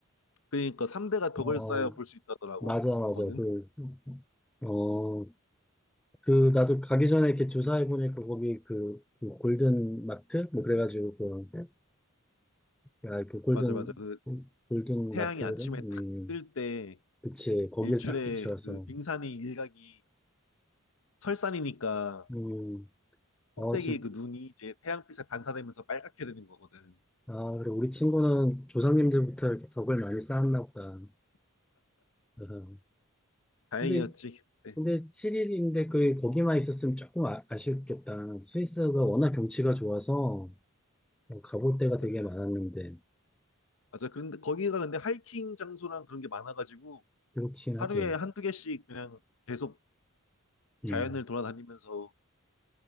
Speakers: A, on the left; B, in the centre.
A: 그러니까 3대가 덕을
B: 어,
A: 쌓여 볼 수 있다더라고,
B: 맞아, 맞아.
A: 그거는.
B: 그, 어, 그, 나도 가기 전에 이렇게 조사해보니까 거기 그, 그 골든 마트? 뭐 그래가지고 그, 야, 그 골든,
A: 맞아, 맞아. 그
B: 골든
A: 태양이
B: 마테오름?
A: 아침에
B: 음,
A: 탁 뜰 때,
B: 그치. 거길
A: 일출에
B: 딱 비추어서.
A: 그 빙산의 일각이 설산이니까
B: 음, 어,
A: 꼭대기
B: 진,
A: 그 눈이 이제 태양빛에 반사되면서 빨갛게 되는 거거든.
B: 아, 그래. 우리 친구는 조상님들부터 이렇게 덕을 많이 쌓았나 보다. <laughs> 어허.
A: 다행이었지.
B: 근데
A: 네,
B: 근데 7일인데 그 거기만 있었으면 조금 아, 아쉽겠다. 스위스가 워낙 경치가 좋아서 어, 가볼 데가 되게
A: 맞아.
B: 많았는데
A: 맞아. 그런데 거기가 근데 하이킹 장소랑 그런 게 많아가지고
B: 그렇긴
A: 하루에
B: 하지.
A: 한두 개씩 그냥 계속
B: 음.
A: 자연을 돌아다니면서